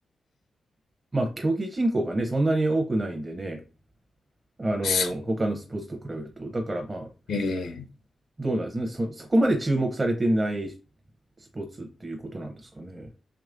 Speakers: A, on the right; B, on the left.
A: まあ、競技人口がね、そんなに多くないんでね、あの、
B: そ
A: 他のスポーツと比べると。だから、まあ、
B: う。ええ
A: どうなんですね。そ、そこまで注目されてないスポーツっていうことなんですかね。